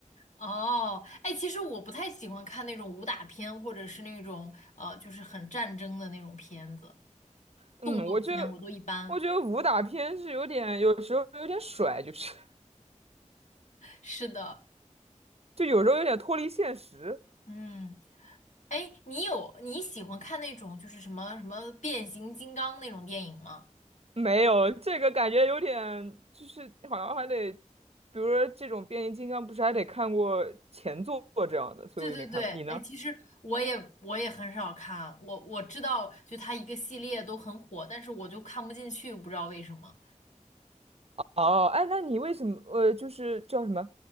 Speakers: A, on the left; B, on the right.
A: 哦，哎，其实我不太喜欢看那种武打片，或者是那种呃，就是很战争的那种片子，
B: 嗯，
A: 动作片我都一般。
B: 我觉得我觉得武打片是有点有时候有点甩，就是
A: 是的，
B: <laughs> 就有时候有点脱离现实。
A: 嗯，哎，你有你喜欢看那种就是什么什么变形金刚那种电影吗？
B: 没有，这个感觉有点，就是好像还得，比如说这种变形金刚，不是还得看过前作这样的，所以我也没看过。
A: 对对对，
B: 你呢？
A: 哎，其实我也我也很少看，我我知道就它一个系列都很火，但是我就看不进去，不知道为什么。
B: 哦，哎，那你为什么呃，就是叫什么，